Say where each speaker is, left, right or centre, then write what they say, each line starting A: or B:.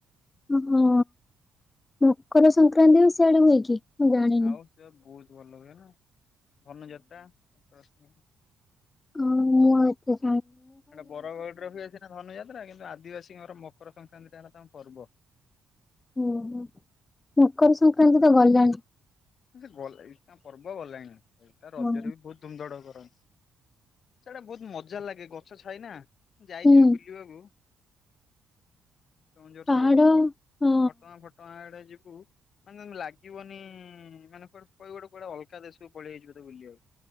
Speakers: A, on the left; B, on the left.
A: ହଁ ମକର ସଂକ୍ରାନ୍ତି ବି ସିଆଡେ ହୁଏ କି? ମୁଁ ଜାଣିନି।
B: ଆଉ ସେ ବହୁତ ଭଲ ହୁଏ ନା। ଧନୁ ଯାତ୍ରା। ହୁଁ
A: ହଁ ମୁଁ ଆ
B: ଏଟା ବରଗଡରେ ବି ଅସି ନା ଧନୁଯାତ୍ରା କେ ଆଦିବାସୀଙ୍କର ମକର ସଂକ୍ରାନ୍ତି ଟା ହେଲା ତାଙ୍କ ପର୍ବ
A: ଓୁହୋ ମକର ସଂକ୍ରାନ୍ତି ତ ଗଲାଣି
B: ସେ ଗ ତା ପର୍ବ ଗଲାଣି ଏଟ ରଜରେ
A: ହଁ
B: ବି ବହୁତ ଧୁମଧଡକ ସେଇଟା ବହୁତ ମଜା ଲାଗେ ଗଛ ଛାାଇନା ଯାଇଯିବି
A: ହୁଁ
B: ବୁଲିବାକୁ କେଁଝୋର
A: ପାହାଡ
B: ସାଇଡ
A: ହଁ
B: ଘଟଣା ଫଟଣା ଆଡେ ଯିବୁ ମାନେ ତାଙ୍କୁ ଲାଗିବନି ଏଇମାନଙ୍କର ଗୋଟେ କୁଡେ ଅଲକା ଦେଶକୁ ପଳେଇଆାଇଛି ବୋେ ବୁଲି ଆଉ